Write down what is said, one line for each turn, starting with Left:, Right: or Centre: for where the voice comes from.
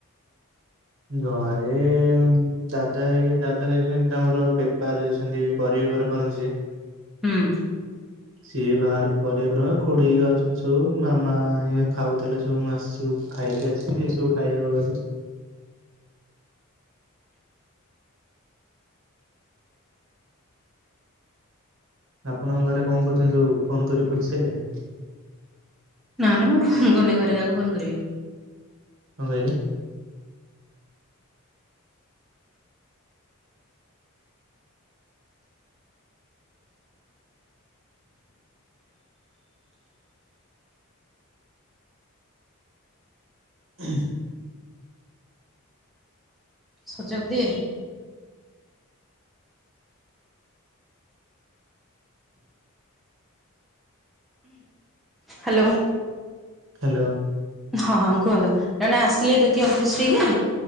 Right: ଘରେ ଦାଦା ହେଇକ ଦାଦା ଦେଇଛନ୍ତି, ତାଙ୍କର ବେପାର ଦେଇଛନ୍ତି ପରିବା ବେପାର କରନ୍ତି ସିଏ।
Centre: ହୁଁ।
Right: <unintelligible> ସିଏ ବାହାର କରିବାପ ହେବ ଖୁଡିର ଅଛୁ ମାମା ଇଏ ଖାଉଥିଲେ ସବୁ ମୁଁ ଆସଛୁ। ଖାଇକି ଆସିଛି ସେ ସବୁ ଖାଇବାକୁ ଗଲେ। ଆପଣଙ୍କ ଘରେ କଣ କରୁଛନ୍ତି ସବୁ ଫୋନ କରି ବୁଝି ସାରି ଲେଣି।
Centre: ନା ନା ମୁଁ ଫୋନ କରିନି ଘର କାହାକୁ ଘରେ କାହାକୁ ଫୋନ କରିବି।
Right: କଣ କହିଲେ? ହ।
Centre: ସ ଚକ୍ଷୁରେ। ହାଲୋ।
Right: ହାଲୋ।
Centre: ହଁ ହଁ କୁହନ୍ତୁ ଜଣେ ଆସିଲେ ଦେଖି ଅଫିସଟି କି?